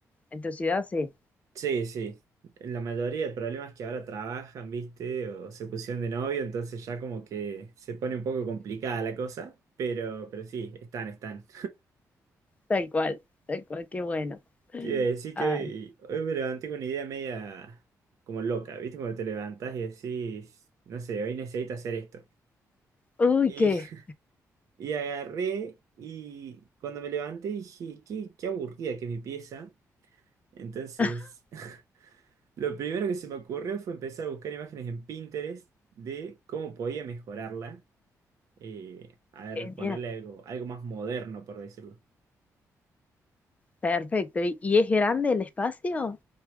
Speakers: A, on the left; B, on the right.
A: en tu ciudad? Sí,
B: sí, sí. La mayoría del problema es que ahora trabajan, ¿viste? O se pusieron de novio, entonces ya como que se pone un poco complicada la cosa, pero, pero sí, están, están.
A: tal cual, tal cual, qué bueno.
B: Te iba a decir
A: Ay,
B: que hoy, hoy me levanté con una idea media como loca, ¿viste? Cuando te levantás y decís, no sé, hoy necesito hacer esto.
A: uy,
B: Y,
A: qué
B: <laughs> y agarré y cuando me levanté dije, qué, qué aburrida que es mi pieza. Entonces,
A: <laughs>
B: <laughs> lo primero que se me ocurrió fue empezar a buscar imágenes en Pinterest de cómo podía mejorarla. eh, a ver,
A: genial,
B: ponerle algo, algo más moderno, por decirlo.
A: perfecto. ¿Y, y es grande el espacio?